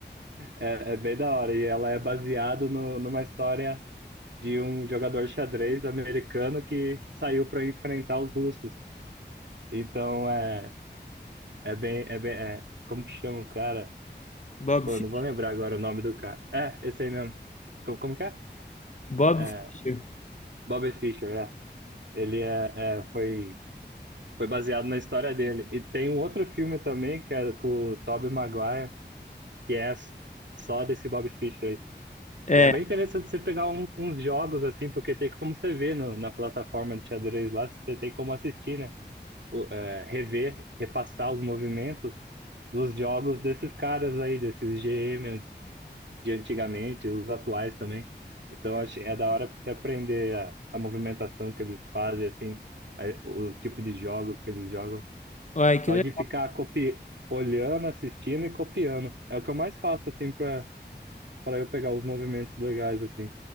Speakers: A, on the right (about 75°); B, on the left (about 40°).
A: é é bem da hora. E ela é baseada numa história. de um jogador de xadrez americano que saiu para enfrentar os russos. Então é, é bem, é bem, é, como que chama o cara?
B: Bob,
A: Pô,
B: Fi-
A: eu não vou lembrar agora o nome do cara. É, esse aí mesmo. Como, como que é?
B: Bob
A: É,
B: Fischer.
A: Bobby Fischer, é. Ele é, é, foi, foi baseado na história dele. E tem um outro filme também, que é com o Tobey Maguire, que é só desse Bobby Fischer aí.
B: É,
A: E é bem interessante você pegar um- uns jogos assim, porque tem como você ver no- na plataforma de xadrez lá, você tem como assistir, né? o- é, rever, repassar os movimentos dos jogos desses caras aí, desses GM de antigamente, os atuais também. Então, acho, é da hora pra você aprender a, a movimentação que eles fazem, assim, a- o tipo de jogos que eles jogam.
B: olha, que
A: Só
B: le-
A: de ficar copi olhando, assistindo e copiando. É o que eu mais faço, assim, pra, pra eu pegar os movimentos legais, assim.